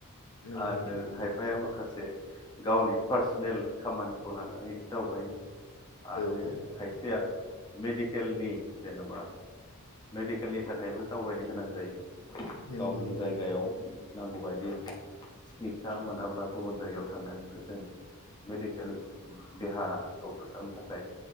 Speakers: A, on the left; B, on the left.
A: नंगौ
B: आरो
A: नंगौ
B: खायफाया माखासे गावनि पार्सनेल खामानिखौ लानानै दावबायो। आरो
A: औ औ
B: खायसेया मेडिकेलनि जेनेबा मेडिकेलनि थाखायबो दावबायनो गोनां जायो।
A: नंगौ
B: गावनि
A: नंगौ
B: जायगायाव नांगौबायायदि सिकित्सा मोनाब्ला गुबुन जायगायाव थांनानैबो जों मेडिकेल देहाखौ फोसाबनो थाखाय